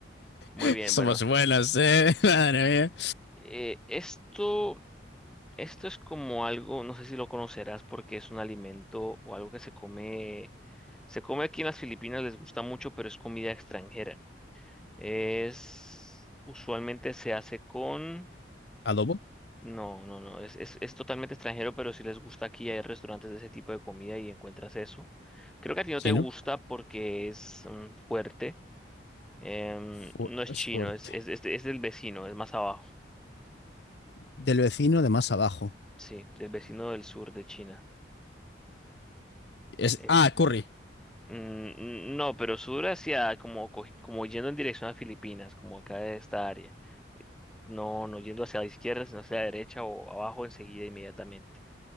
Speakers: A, in the centre; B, on the left (about 65°).
A: muy
B: <laughs>
A: bien,
B: Somos
A: bueno.
B: buenas, ¿eh? <laughs> Madre mía.
A: Eh, esto, esto es como algo, no sé si lo conocerás porque es un alimento o algo que se come... Se come aquí en las Filipinas, les gusta mucho, pero es comida extranjera. Es... Usualmente se hace con...
B: Adobo,
A: No, no, no, es, es, es totalmente extranjero, pero si les gusta aquí, hay restaurantes de ese tipo de comida y encuentras eso. Creo que a ti no
B: chino,
A: te gusta porque es mm, fuerte. Em,
B: fu-
A: no es
B: es
A: chino,
B: fuerte.
A: es, es, es, es del vecino, es más abajo.
B: Del vecino de más abajo.
A: Sí, del vecino del sur de China.
B: Es,
A: Es,
B: ah, Curry.
A: mm, mm, no, pero sur hacia como, co- como yendo en dirección a Filipinas, como acá de esta área. No, no yendo hacia la izquierda, sino hacia la derecha o abajo enseguida, inmediatamente.